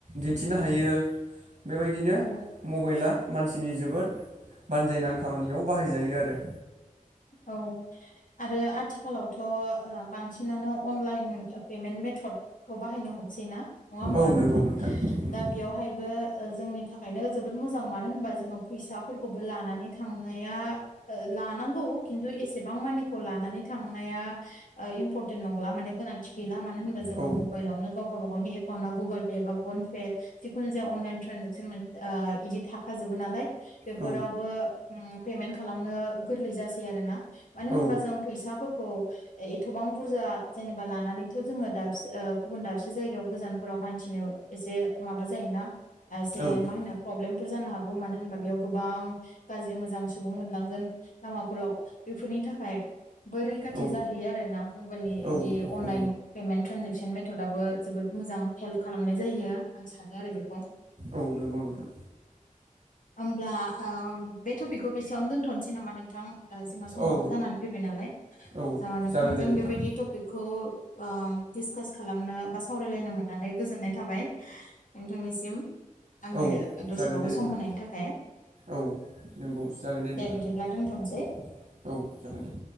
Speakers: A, on the right (about 55°); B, on the left (about 70°).
A: दिन्थिनो हायो। बेबायदिनो
B: औ
A: मबेला मानसिनि जोबोद बानजायनां खामानियाव बाहायजायो आरो।
B: औ आरो आथिखालावथ' बांसिनानो अनलाइन पेमेन्ट मेथद थदखौ बाहायनो हमसै ना नङा होमबा
A: औ
B: नोंथां
A: नंगौ नंगौ
B: दा बेयावहायबो जोंनि थाखायनो जोबोद मोजां मानो होनबा जोङो फैसाफोरखौबो लानानै थांनाया लानांगौ खिन्थु एसेबां मानिखौ लानानै थांनाया ओ इम्परटेन्ट नंला माने गोनांथि गै ला मानो होनबा जोङो
A: औ
B: मबाइलावनो गाव गावबा गावनि एकाउन्टाव गुगोल पे बा फन पे जिखुनु जाया अनलाइन ट्रेनजेकसन मोन इदि थाखाजोबो नालाय। बेफोरावबो
A: औ
B: ओ पेमेन्ट खालामनो गोरलै जासै आरोना। मानो होनबा
A: औ
B: जों फैसाफोर खौ एथ'बां बुरजा जेनेबा लानानैथ' जोङो दाबसे ओ गुबुन दाबसे जायगायाव गोजानफोराव हन्थिनो एसे माबा जायोना एसे
A: औ
B: मा होनो प्रब्लेम फोर जानो हागौ मानो होनबा बेयाव गोबां गाज्रि मोजां सुबुं मोनलांगोन लामाफ फोराव बेफोरनि थाखाय बो रैखाथि
A: औ
B: जाहैयो आरोना मबाइलनि
A: औ नंगौ
B: इदि अनलाइन पेमेन्ट ट्रेनजेकसन मेथ थदआबो जोबोद मोजां हेल्प खालामनाय जायो आं सानो आरो बेखौ।
A: औ नंगौ नोंथां।
B: होमब्ला ओ बे टपिकखौ बेसेयावनो दोनथ'नोसै नामा नोंथां? जोंना समाबो
A: औ
B: जानानै फैबाय नालाय
A: औ
B: दा नोंथांजों
A: जागोन दे नोंथां
B: बेबायदि टपिकखौ ओ डिसकास खालामनो बा सावरायलायनो मोननानै गोजोननाय थाबाय नोंथांनिसिम आंनो
A: औ
B: दसेबाबो
A: जागोन दे नोंथां
B: सम होनायनि थाखाय
A: औ नंगौसो जागोन दे नोंथां।
B: बिदिब्ला दोनथ'नोसै
A: औ जागोन दे।